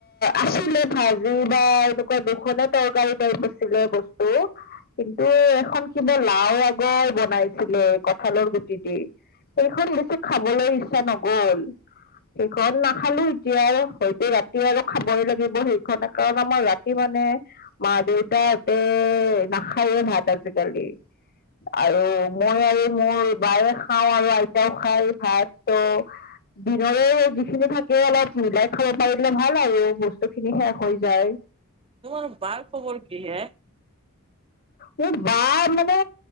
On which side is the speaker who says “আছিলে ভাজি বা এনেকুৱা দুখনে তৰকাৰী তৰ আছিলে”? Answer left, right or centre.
Left